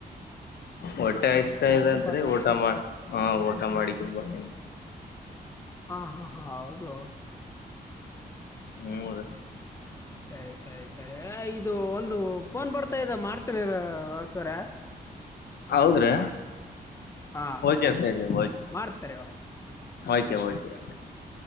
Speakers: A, on the left (about 80°); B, on the left (about 15°).
A: ಹೊಟ್ಟೆ ಹಸೀತ ಇದೆ ಅಂತ್ರಿ,
B: ಹೋದ್ರ
A: ಊಟ ಮಾಡ ಹಾ ಊಟ ಮಾಡಿಕಂಬತ್ತಿನಿ
B: ಹಾ ಹಾ ಹಾ ಹೌದು
A: ಹು ಅದ
B: ಸರಿ ಸರಿ ಸರಿ ಏ ಇದು ಒಂದು ಫೋನ್ ಬರ್ತಾ ಇದೆ ಮಾಡ್ತಿನಿರ ಸರ
A: ಹೌದ್ರಿ
B: ಹಾ
A: ರಿ ಸರಿ ರಿ
B: ಮಾಡ್ತಾರೆ ಇವಾಗ
A: ಓಕೆ ಓಕೆ